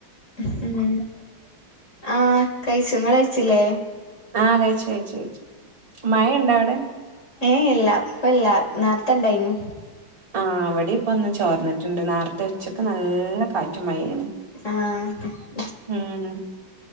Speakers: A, on the left; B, on the right.
A: ഹു ഹേ ആഹ കഴിച്ചു കഴിച്ചില്ലേ?
B: ആഹ കഴിച്ചു കഴിച്ചു കഴിച്ചു മഴ ണ്ടോ അവിടെ?
A: ഏ ഇല്ല ഇപ്പല്ല നാർത്തെണ്ടായിന്
B: ആ അവിടെ ഇപ്പ ഒന്ന് ചോർന്നിട്ടുണ്ട്. നാർത്തെ ഉച്ചക്ക് നല്ല കാറ്റു മഴാർന്നു
A: ആഹാ
B: ഉം